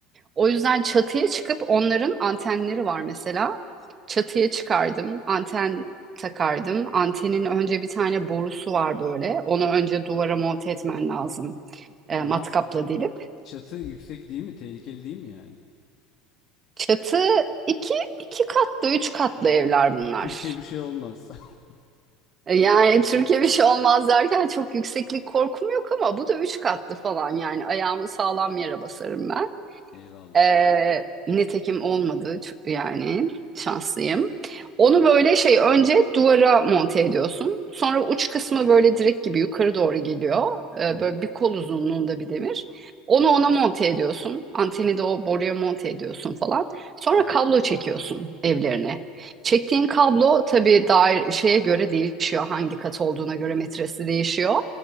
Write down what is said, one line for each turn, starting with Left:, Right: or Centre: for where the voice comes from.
Right: O yüzden çatıya çıkıp onların antenleri var mesela. Çatıya çıkardım, anten takardım. Antenin önce bir tane borusu var böyle. Onu önce duvara monte etmen lazım. E,
Left: Ya
Right: matkapla delip.
Left: çatı yüksek değil mi? Tehlikeli değil mi yani?
Right: Çatı iki, iki katlı, üç katlı
Left: Evet.
Right: evler bunlar.
Left: Türkiye bir şey olmaz. <laughs>
Right: E, Yani Türkiye bir şey olmaz derken çok yükseklik korkum yok ama bu da üç katlı falan yani ayağımı sağlam yere basarım ben.
Left: Eyvallah.
Right: Ee, nitekim olmadı ç- yani şanslıyım. Onu böyle şey önce duvara monte ediyorsun. Sonra uç kısmı böyle direk gibi yukarı doğru geliyor. Ee,
Left: Hı hı.
Right: böyle bir kol uzunluğunda bir demir. Onu ona monte ediyorsun. Anteni de o boruya monte ediyorsun falan. Sonra
Left: Hı hı.
Right: kablo çekiyorsun evlerine. Çektiğin kablo tabii dair şeye göre değişiyor. Hangi kat olduğuna göre metresi değişiyor.